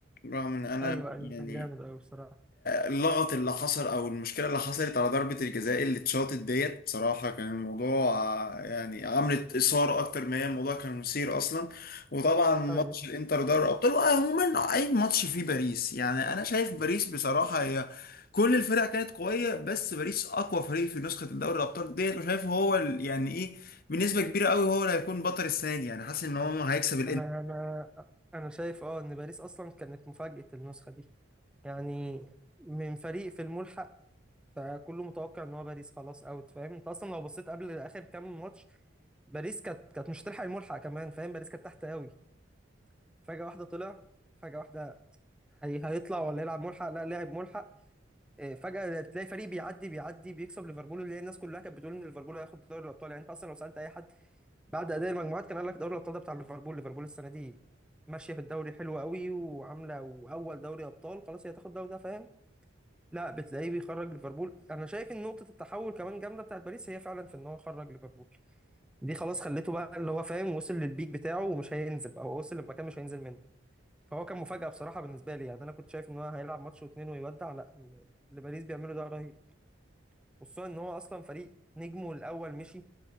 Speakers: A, on the left (about 45°); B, in the centre.
A: رغم ان انا
B: ايوه ايوه
A: يعني
B: كان جامد قوي بصراحه
A: اللغط اللي حصل او المشكله اللي حصلت على ضربه الجزاء اللي اتشاطت ديت بصراحه كان الموضوع آه، يعني عملت اثاره اكتر ما هي الموضوع كان مثير اصلا وطبعا ماتش
B: ايوه
A: الانتر دوري الابطال وعموما اي ماتش فيه باريس يعني انا شايف باريس بصراحه هي كل الفرق كانت قويه بس باريس اقوى فريق في نسخه الدوري الابطال ديت وشايف هو ال- يعني ايه بنسبه كبيره قوي هو اللي هيكون بطل السنه دي يعني حاسس ان هو هيكسب
B: انا انا انا شايف اه ان باريس اصلا كانت مفاجاه النسخه دي يعني من فريق في الملحق فكله متوقع ان هو باريس خلاص اوت فاهم انت اصلا لو بصيت قبل اخر كام ماتش باريس كانت كانت مش هتلحق الملحق كمان فاهم باريس كانت تحت قوي فجأة واحدة طلع فجأة واحدة هي هيطلع ولا يلعب ملحق لا لاعب ملحق إيه، فجأة تلاقي فريق بيعدي بيعدي بيكسب ليفربول اللي هي الناس كلها كانت بتقول ان ليفربول هياخد دوري الابطال يعني انت اصلا لو سألت اي حد بعد اداء المجموعات كان قال لك دوري الابطال ده بتاع ليفربول ليفربول السنة دي ماشية في الدوري حلوة قوي وعاملة واول دوري ابطال خلاص هي هتاخد الدوري ده فاهم لا بتلاقيه بيخرج ليفربول انا شايف ان نقطة التحول كمان جامدة بتاعت باريس هي فعلا في ان هو خرج ليفربول دي خلاص خليته بقى اللي هو فاهم وصل للبيك بتاعه ومش هينزل بقى هو وصل لمكان مش هينزل منه فهو كان مفاجأة بصراحة بالنسبة لي يعني انا كنت شايف ان هو هيلعب ماتش واتنين ويودع لا اللي باريس بيعمله ده رهيب خصوصا ان هو اصلا فريق نجمه الاول مشي